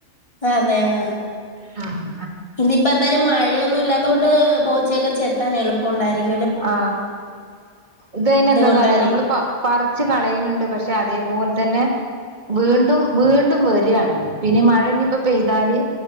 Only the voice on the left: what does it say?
ആതെ ആ
ഇനിയിപ്പ എന്തായാലും മയൊ ന്നുല്ലാതുകൊണ്ട് പോച്ചേക്കച്ച എത്താൻ എളുപ്പം ഉണ്ടായിരിക്കും
ബുദ്ധിമുട്ടായിരിക്കും